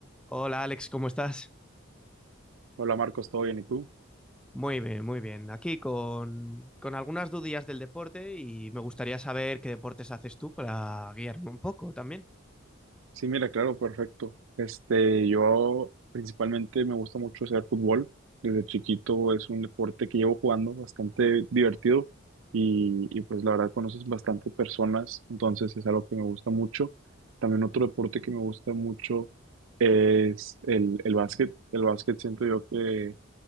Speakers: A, in the centre; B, on the right (about 70°).
A: Hola Alex, ¿cómo estás?
B: Hola Marcos, ¿todo bien? ¿Y tú?
A: Muy bien, muy bien. Aquí con, con algunas dudillas del deporte y me gustaría saber qué deportes haces tú para guiarme un poco también.
B: Sí, mira, claro, perfecto. Este, yo principalmente me gusta mucho hacer fútbol. Desde chiquito es un deporte que llevo jugando bastante divertido y, y, pues la verdad conoces bastantes personas, entonces es algo que me gusta mucho. También otro deporte que me gusta mucho es el, el básquet. El básquet siento yo que